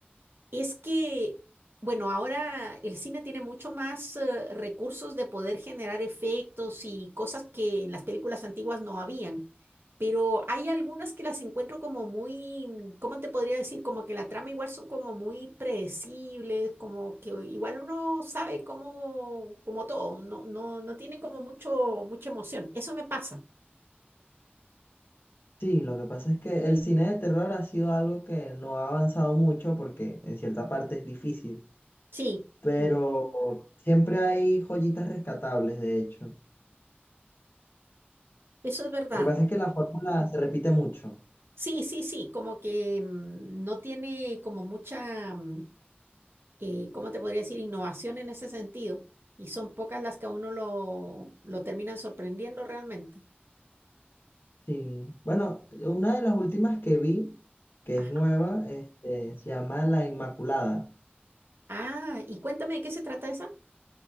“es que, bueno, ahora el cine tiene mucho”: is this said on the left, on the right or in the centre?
Right